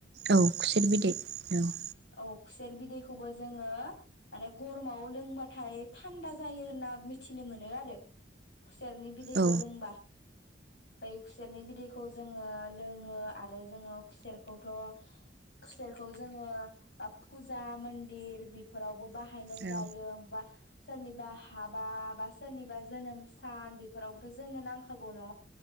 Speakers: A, on the right; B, on the left.
A: औ खुसेर बिदै औ।
B: औ खुसेर बिदैखौबो जोङो माने गरमाव लोंबाथाय थान्दा जायो होनना मिथिनो मोनो आरो। खुसेरनि बिदैखौ
A: औ
B: लोंबा बै खुसेरनि बिदैखौ जों ङो लोङो आरो जोङो खुसेरखौथ' खुसेरखौ जोङो बा फुजा मन्दिर बेफोरावबो बाहायनाय
A: औ
B: जायोबा मबा सोरनिबा हाबा बा सोरनिबा जोनोम सान बेफोरावबोथ' जोंनो नांखागौ। न'